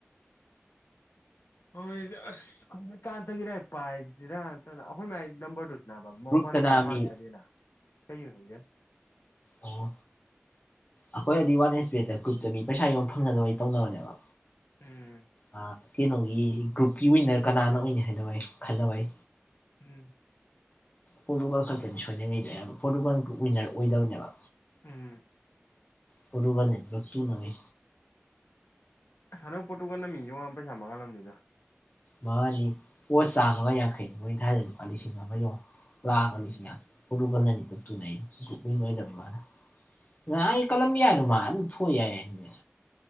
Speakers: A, on the left; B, on the left.
A: ꯍꯣꯏ ꯑꯁ ꯑꯃꯨꯛ ꯄꯥꯟꯇꯒꯤ ꯂꯥꯏꯔꯤꯛ ꯄꯥꯏꯁꯤꯔꯥ ꯅꯇ꯭ꯔꯥꯅ ꯑꯩꯈꯣꯏ ꯃꯥꯏ ꯅꯝꯕꯔꯗꯨꯨ ꯅꯥꯕ
B: ꯒ꯭ꯔꯨꯞꯇꯅ
A: ꯃꯣꯋꯥꯟꯅꯥꯁꯦ
B: ꯃꯤ
A: ꯍꯥꯡꯉꯥ ꯗꯦꯅ ꯀꯩꯅ ꯍꯪꯒꯦ
B: ꯑꯣ ꯑꯩꯈꯣꯏ ꯗꯤ ꯋꯥꯟ ꯍꯩ꯭ꯁꯄꯤꯗ ꯀꯨꯞꯇꯃꯤ ꯄꯩꯁꯥ ꯌꯧ ꯐꯪꯅꯒ ꯑꯣꯏꯇꯧꯅꯕꯅꯦꯕ
A: ꯎꯝ
B: ꯑꯥ ꯀꯩꯅꯣꯒꯤ ꯒ꯭ꯔꯨꯞꯀꯤ ꯑꯣꯏꯅ ꯀꯅꯥꯅ ꯑꯣꯏꯅ ꯍꯥꯏꯅꯕ ꯑꯩ ꯈꯟꯂꯣ ꯑꯩ
A: ꯎꯝ
B: ꯄꯣꯔꯇꯨꯒꯥꯜ ꯈꯛꯇꯅꯤ ꯁꯣꯏꯅꯥꯏꯉꯩꯗꯦꯕ ꯄꯣꯔꯇꯨꯒꯜ ꯋꯤꯟꯅꯔ ꯑꯣꯏꯗꯕꯅꯦꯕ
A: ꯎꯝ
B: ꯄꯣꯔꯇꯨꯒꯥꯜꯅ ꯂꯣꯠꯇꯨ ꯅꯪꯉꯦ
A: ꯍꯟꯗꯛ ꯄꯣꯠꯇꯨꯒꯥꯜꯅ ꯃꯤ ꯌꯥꯡ ꯄꯩꯥꯁ ꯃꯪꯍꯜꯂꯝꯅꯤꯗꯥ
B: ꯃꯥꯅꯤ ꯄꯣꯠ ꯆꯥꯝꯃꯒ ꯌꯥꯡꯈꯩꯅꯤ ꯃꯣꯏ ꯊꯥꯏꯔꯥ ꯂꯨꯄꯥ ꯂꯤꯁꯤꯡ ꯑꯃ ꯌꯣꯡ ꯂꯥꯛꯒ
A: ꯎꯝ
B: ꯂꯤꯁꯤꯡ ꯌꯥꯡ ꯄꯣꯔꯇꯨꯒꯜꯅꯅꯤ <inaudible> ꯅꯍꯥꯟ ꯑꯩ ꯀꯂꯝꯕꯤ꯭ꯌꯥꯗꯥ ꯃꯥ ꯑꯗꯨꯝ ꯊꯣꯛ ꯌꯥꯏ ꯍꯥꯏꯅꯦ